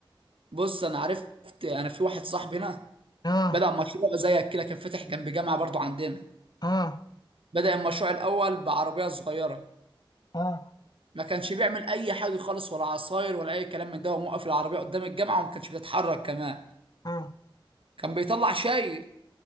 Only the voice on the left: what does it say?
اه
اه
اه
اه